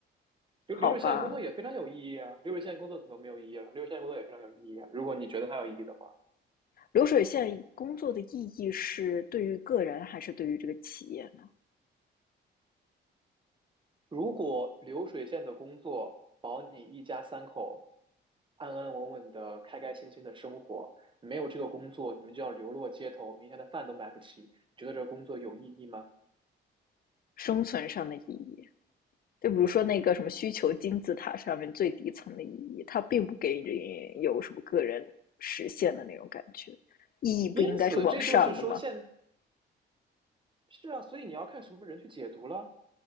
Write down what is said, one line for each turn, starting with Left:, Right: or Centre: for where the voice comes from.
Right: 流流水线工作也非常有意义啊，
Left: 好吧？
Right: 流水线工作怎么没有意义了？流水线工作也非常有意义啊。如果你觉得它有意义的话，
Left: 流水线工作的意义是对于个人还是对于这个企业呢？
Right: 如果流水线的工作保你一家三口安安稳稳的、开开心心的生活。没有这个工作，你们就要流落街头，明天的饭都买不起。你觉得这个工作有意义吗？
Left: 生存上的意义。就比如说那个什么需求金字塔上面最底层的意义，它并不给你有什么个人实现的那种感觉，意义不应该是往上的吗
Right: 因此，这就是说现，是啊，所以你要看什么人去解读了。